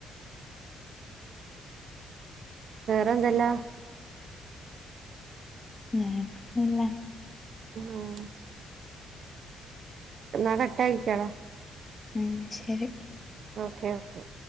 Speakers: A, on the right; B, on the left.
A: വേറെ എന്തല്ലാം-
B: വേറൊന്നില്ല-
A: ആഹ് എന്നാ കട്ടാക്കിയാളാ-
B: ഉം ശരി-
A: ഓക്കെ ഓക്കെ-